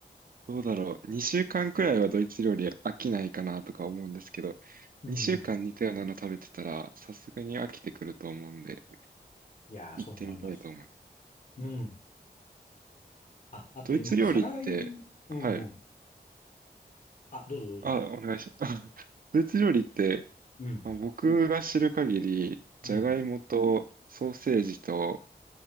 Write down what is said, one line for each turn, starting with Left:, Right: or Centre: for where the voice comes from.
Right: どうだろう。2週間くらいはドイツ料理飽きないかなとか思うんですけど、
Left: うんうん。
Right: 2週間似たようなの食べてたら、さすがに飽きてくると思うんで、
Left: いやー、
Right: 行ってみたいと思う。
Left: そう思います。うん。あ、あと今、
Right: ドイツ料理って、
Left: 辛い、うんうん。
Right: はい。
Left: あ、どうぞどうぞ。
Right: あ、お願いします。<laughs> ドイツ料理って、
Left: うん、
Right: まあ僕が知る限り、じゃがいもとソーセージと
Left: うん、